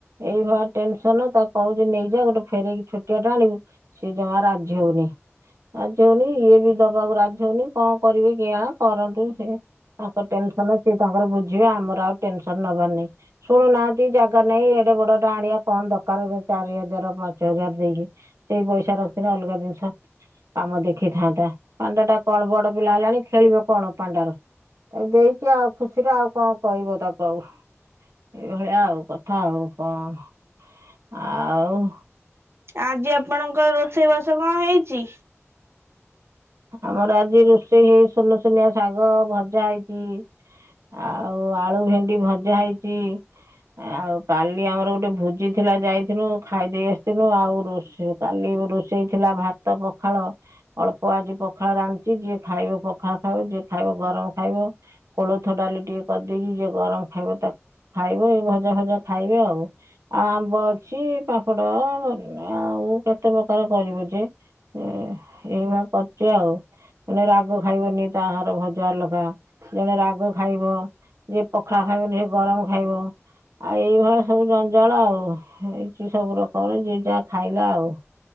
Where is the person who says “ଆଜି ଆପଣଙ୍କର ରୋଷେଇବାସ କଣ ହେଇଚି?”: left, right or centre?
Right